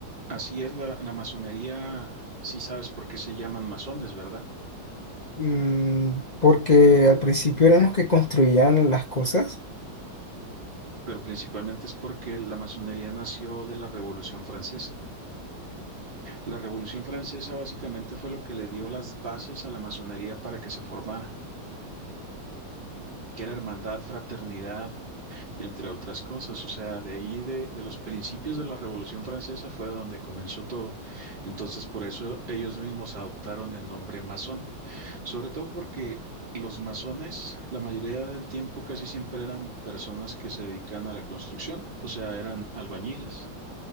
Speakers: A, on the right (about 25°); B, on the left (about 60°).
A: así es la, la masonería. Sí sabes por qué se llaman masones, ¿verdad?
B: Mm, porque al principio eran los que construían las cosas.
A: Pero principalmente es porque la masonería nació de la Revolución Francesa. La Revolución Francesa básicamente fue lo que le dio las bases a la masonería para que se formara, que era hermandad, fraternidad, entre otras cosas. O sea, de ahí de, de los principios de la Revolución Francesa fue donde comenzó todo. Entonces, por eso ellos mismos adoptaron el nombre masón. Sobre todo porque los masones, la mayoría del tiempo casi siempre eran personas que se dedican a la construcción, o sea, eran albañiles,